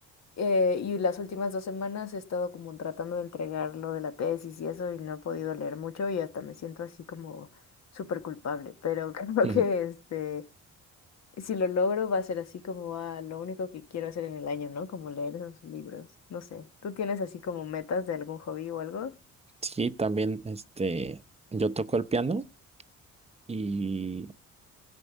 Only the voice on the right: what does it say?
<laughs>
Sí, también este, yo toco el piano y